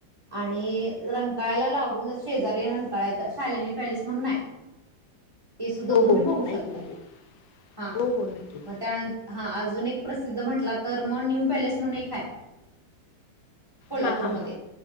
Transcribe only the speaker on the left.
हो
हो हो
ऐकलं हे
हो हो नक्की
हां हां हां